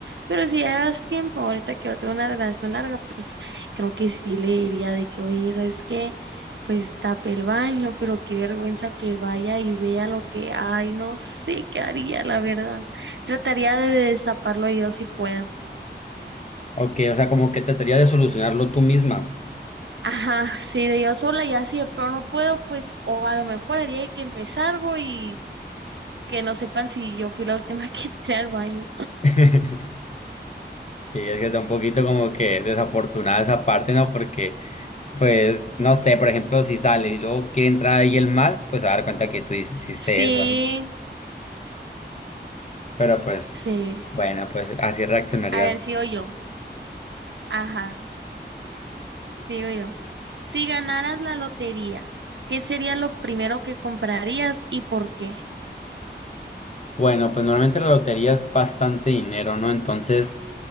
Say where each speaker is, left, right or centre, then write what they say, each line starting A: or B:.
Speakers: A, on the right; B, on the left.
A: Pero si ya das tiempo, ahorita que yo tengo una relación larga, pues creo que sí le diría de que, oye, ¿sabes qué? Pues tape el baño, pero qué vergüenza que vaya y vea lo que hay. No sé qué haría, la verdad. Trataría de destaparlo yo si puedo.
B: Ok, o sea, como que trataría de solucionarlo tú misma.
A: Ajá, sí, de yo sola y así de pronto no puedo, pues, o a lo mejor haría de que me salgo y que no sepan si yo fui la última <laughs> que entré al baño.
B: <laughs> Sí, es que está un poquito como que desafortunada esa parte, ¿no? Porque, pues, no sé, por ejemplo, si sale y luego quiere entrar alguien más, pues se va a dar cuenta que tú hiciste
A: Sí,
B: eso, ¿no? Pero pues,
A: sí.
B: bueno, pues así reaccionaría
A: A ver, sigo yo. Ajá, sigo yo. Si ganaras la lotería, ¿qué sería lo primero que comprarías y por qué?
B: Bueno, pues normalmente la lotería es bastante dinero, ¿no? Entonces,